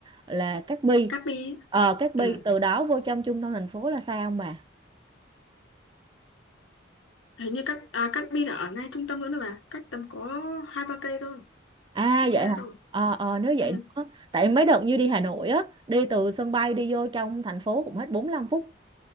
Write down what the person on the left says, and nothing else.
Cát Bi
ừ
hình như Cát à, Cát Bi là ở ngay trung tâm luôn đó bà cách tầm có hai ba cây thôi
không xa
đâu
ừ,